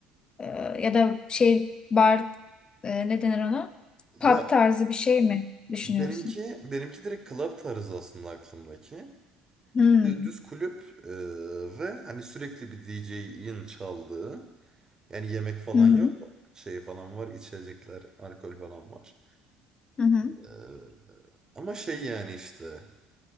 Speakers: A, on the left; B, on the right.
A: E, ya da şey bar e, ne denir ona?
B: Ya
A: Pub tarzı bir şey mi düşünüyorsun?
B: benimki benimki direkt club tarzı aslında aklımdaki.
A: Hmm.
B: Dü- Düz kulüp e, ve hani sürekli bir DJ'in çaldığı. Yani yemek falan
A: Hı hı.
B: yok. Şey falan var, içecekler, alkol falan var.
A: Hı hı.
B: E, ama şey yani işte